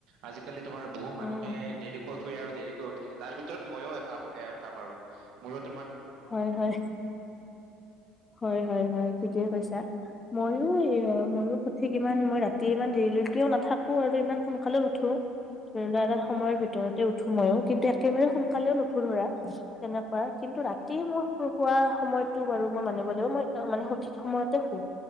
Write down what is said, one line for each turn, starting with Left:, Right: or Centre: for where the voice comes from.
Right: আজিকালি তোমাৰ বহু মানুহে
Left: অ',
Right: দেৰিকৈ ফুৰে আৰু দেৰিকৈ উঠে উঠে তাৰ ভিতৰত মইয়ো এটা এটা বাৰু মূৰত
Left: হয় হয়, হয় হয় হয় ঠিকেই কৈছা ময়ো। অ ময়ো সঠিক ইমান মই ৰাতি ইমান দেৰিলৈকেও নাথাকো আৰু ইমান সোনকালেও নুঠো ধৰি লোৱা এটা সময়ৰ ভিতৰতে উঠো মইো কিন্তু একেবাৰে সোনকালেও নুঠো ধৰা তেনেকুৱা কিন্তু ৰা। <unintelligible> সময়তটো বাৰু মই মানিব লাগিব মই মানে সঠিক সময়তে শোও।